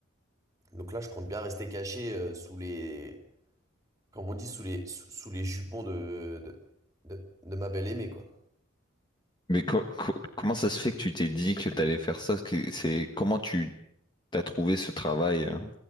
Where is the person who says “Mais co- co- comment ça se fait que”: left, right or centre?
Left